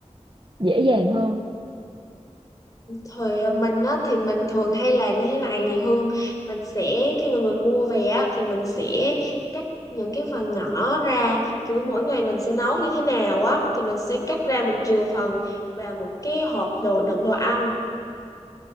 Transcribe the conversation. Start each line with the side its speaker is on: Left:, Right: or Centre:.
Right: dễ dàng hơn
Left: Thời ờ, mình á, thì mình thường hay làm như thế này nè Hương mình sẽ khi mà mình mua về á, thì mình sẽ cắt những cái phần nhỏ ra kiểu mỗi ngày mình sẽ nấu như thế nào á thì mình sẽ cắt ra mình chừa phần vào một cái hộp đồ đựng đồ ăn